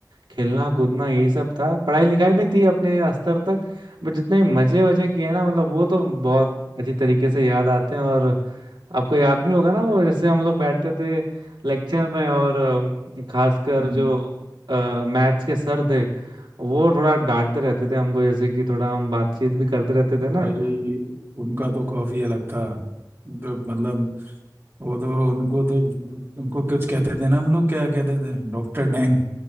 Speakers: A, on the right (about 75°); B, on the right (about 30°).
A: खेलना कूदना यही सब था पढ़ाई लिखाई भी थी अपने स्तर तक बट जितने मजे वजे किए ना मतलब वो तो बहुत अच्छी तरीके से याद आते हैं और आपको याद भी होगा ना वो जैसे हम लोग बैठते थे लेक्चर में और अ, खासकर
B: हम्म।
A: जो मैथ्स के सर थे वो थोड़ा डांटते रहते थे हमको जैसे कि थोड़ा हम बातचीत भी करते रहते थे ना
B: भाई उनका तो खौफ ही अलग था तो मतलब वो तो उनको तो उनको कुछ कहते थे ना हम लोग क्या कहते थे डॉक्टर डैंग